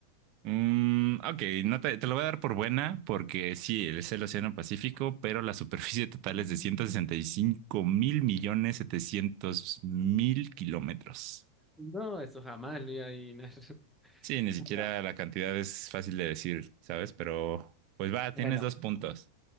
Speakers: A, on the right; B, in the centre.
A: Mm, ok, no te, te lo voy a dar por buena porque sí, es el Océano Pacífico, pero la superficie total es de ciento sesenta y cinco mil millones setecientos mil kilómetros.
B: No, eso jamás lo iba a adivinar. <laughs>
A: Sí, ni siquiera
B: Bueno,
A: la cantidad es fácil de decir, ¿sabes? Pero pues va, tienes
B: bueno,
A: dos puntos.